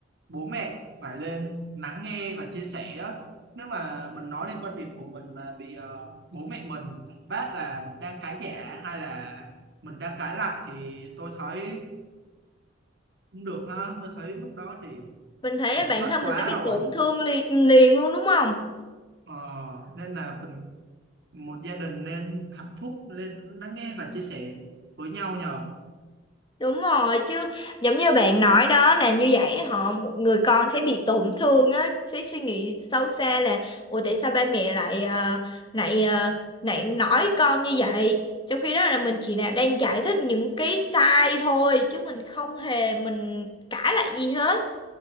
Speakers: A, on the right; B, on the left.
A: bố mẹ phải lên lắng nghe và chia sẻ á. nếu mà mình nói lên quan điểm của mình mà bị ờ, bố mẹ mình phản bác là mình đang cãi giả hay là mình đang cãi lại thì tôi thấy cũng được ha tôi thấy lúc đó thì
B: mình thấy
A: kiểm
B: bản
A: soát
B: thân
A: quá
B: mình sẽ bị
A: rồi
B: tổn thương liền, liền luôn đúng không
A: Ờ, nên là mình một gia đình nên hạnh phúc lên lắng nghe và chia sẻ với nhau nhờ
B: Đúng rồi chứ giống như bạn nói đó là như vậy họ một người con sẽ bị tổn thương á sẽ suy nghĩ sâu xa là ủa tại sao ba mẹ lại ờ, lại ờ, lại nói con như vậy trong khi đó là mình chỉ là đang giải thích những cái sai thôi chứ mình không hề mình cãi lại gì hết